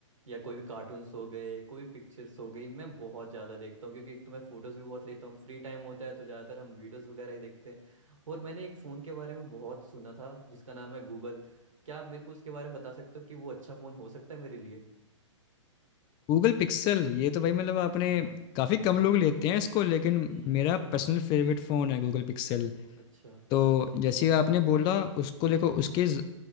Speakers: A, on the right; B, on the left.
A: या कोई भी कार्टून्स हो गए कोई भी पिक्चर्स हो गई मैं बहुत ज़्यादा देखता हूँ क्योंकि एक तो मैं फ़ोटोज़ भी बहुत लेता हूँ फ्री टाइम होता है तो ज़्यादातर हम वीडियोज़ वगैरह ही देखते हैं और मैंने एक फ़ोन के बारे में बहुत सुना था जिसका नाम है गूगल क्या आप मेरे को उसके बारे में बता सकते हो कि वो अच्छा फ़ोन हो सकता है मेरे लिए
B: Google Pixel ये तो भाई मतलब आपने
A: हाँ
B: काफ़ी कम लोग लेते हैं इसको लेकिन
A: हम्म
B: मेरा पर्सनल फेवरेट फ़ोन है गूगल पिक्सल
A: अच्छा
B: तो जैसे आपने बोला उसको
A: हम्म
B: देखो उसके ज-